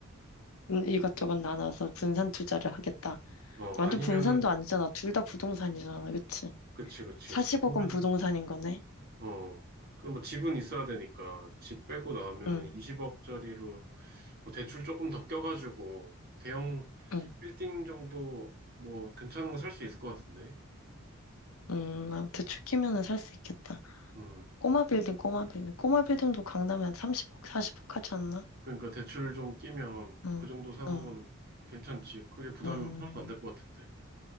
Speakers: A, on the left (about 80°); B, on the right (about 45°).
A: 음, 이것저것 나눠서 분산 투자를 하겠다.
B: 어
A: 완전
B: 아니면은
A: 분산도 아니잖아. 둘 다 부동산이잖아. 그치?
B: 그치 그치.
A: 40억은
B: 아니면은
A: 부동산인 거네.
B: 어, 그럼 뭐 집은 있어야 되니까 집 빼고 나오면은
A: 응,
B: 20억짜리로 뭐 대출 조금 더 껴가지고 대형
A: 응.
B: 빌딩 정도 뭐 괜찮은 거 살 수 있을 것 같은데.
A: 음, 아, 대출 끼면은 살 수 있겠다.
B: 음,
A: 꼬마 빌딩, 꼬마 빌딩. 꼬마 빌딩도 강남에 한 30억, 40억 하지 않나?
B: 그러니까 대출 좀 끼면
A: 응,
B: 그 정도 사는
A: 응,
B: 거는 괜찮지. 그게 부담
A: 응.
B: 하나도 안 될 것 같은데.